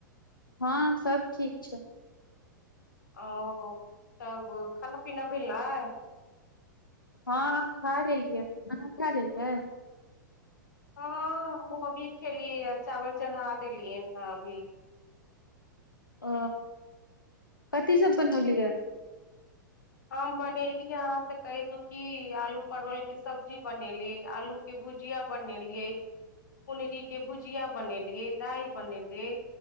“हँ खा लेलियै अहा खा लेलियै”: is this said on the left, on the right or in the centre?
Left